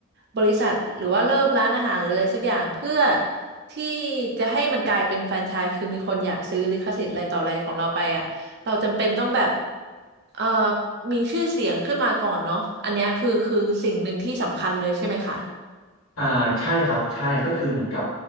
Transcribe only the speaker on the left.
อ่าใช่ครับใช่ก็คือเหมือนกับ